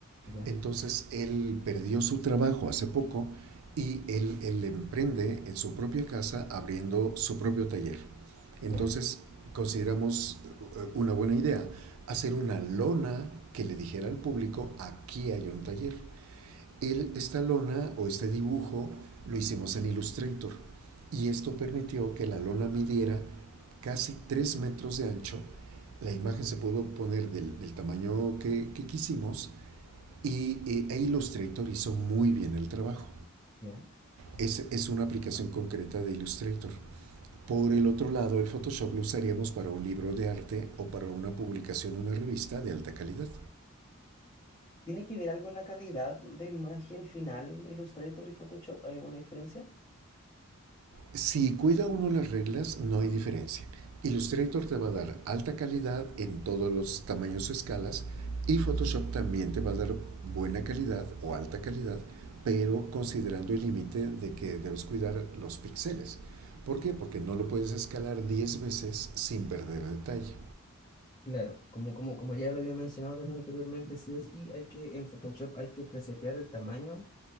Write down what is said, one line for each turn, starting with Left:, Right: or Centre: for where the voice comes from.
Left: ya,
Right: Entonces él perdió su trabajo hace poco y él, él emprende en su propia casa abriendo su propio taller.
Left: ya,
Right: Entonces consideramos eh, una buena idea hacer una lona que le dijera al público, aquí hay un taller. El esta lona o este dibujo lo hicimos en Illustrator y esto permitió que la lona midiera casi 3 metros de ancho. La imagen se pudo poner del, del tamaño que, que, quisimos y eh, e Illustrator hizo muy bien el trabajo.
Left: ya.
Right: Es, es una aplicación concreta de Illustrator. Por el otro lado, el Photoshop lo usaríamos para un libro de arte o para una publicación, en una revista de alta calidad.
Left: ¿Tiene que ver algo en la calidad de imagen final Illustrator y Photoshop? ¿Hay alguna diferencia?
Right: Si cuida uno las reglas, no hay diferencia. Illustrator te va a dar alta calidad en todos los tamaños o escalas y Photoshop también te va a dar buena calidad o alta calidad, pero considerando el límite de que debes cuidar los píxeles. ¿Por qué? Porque no lo puedes escalar 10 veces sin perder detalle.
Left: Claro, como, como, como ya lo había mencionado también anteriormente, sí o sí hay que, en Photoshop hay que presetear el tamaño